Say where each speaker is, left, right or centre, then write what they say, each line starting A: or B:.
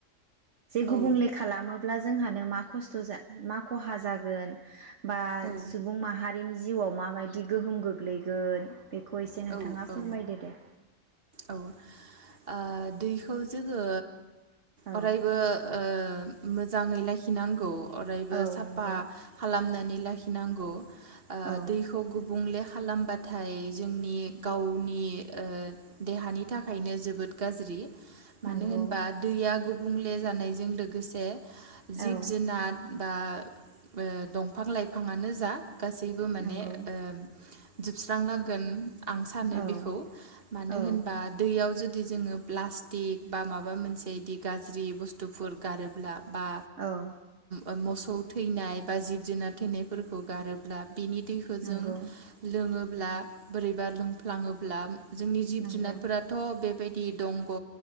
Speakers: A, on the right; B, on the right.
A: जे गुबुंले
B: औ
A: खालामोब्ला जोंहानो मा खस्थ जा मा खहा जागोन बा
B: औ
A: सुबुं माहारि बिनि जिउआव माबायदि गोहोम गोग्लैगोन बेखौ एसे नोंथाङा
B: औ औ
A: फोरमायदो दे
B: औ ओ दैखौ जोङो
A: औ
B: अरायबो ओ मोजाङै लाखिनांगौ अरायबो
A: औ
B: साफा
A: नंगौ
B: खालामनानै लाखिनांगौ ओ
A: औ
B: दै खौ गुबुंले खालामबाथाय जोंनि गावनि ओ देहानि थाखायनो जोबोद गाज्रि मानो
A: नंगौ
B: होनबा दैया गुबुंले जानायजों लोगोसे
A: औ
B: जिब जुनार बा ओ दंफां लाइफाङानो जा गासैबो माने
A: नंगौ
B: ओ जोबस्रांलांगोन आं सानो
A: औ
B: बेखौ मानो
A: औ
B: होनबा दै बेयाव जुदि जोङो प्लास्टिक बा माबा मोनसे बिदि गाज्रि बुस्थुफोर गारोब्ला बा
A: औ
B: ओ मोसौ थैनाय बा जिब जुनार थैनायफोरखौ गारोब्ला बिनि दैखौजों
A: नंगौ
B: लोङोब्ला बोरैबा लोंफ्लाङोब्ला जोंनि जिब
A: नंगौ
B: जुनारफोरा बेथ' बेबायदि दंग'